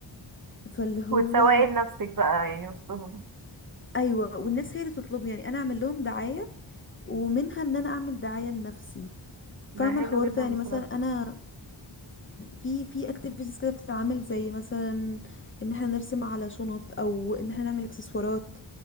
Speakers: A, on the left; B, on the right.
A: فاللي هو
B: وتسوقي لنفسك بقى يعني وسطهم
A: ايوه والناس هي اللي تطلبني يعني انا اعمل لهم دعاية ومنها ان انا اعمل دعاية لنفسي فاهمة
B: ده حلو
A: الحوار
B: جدا
A: ده يعني
B: بصراحة
A: مثلا انا في في اكتيفيتيز كده بتتعمل زي مثلا ان احنا نرسم على شنط او ان احنا نعمل اكسسوارات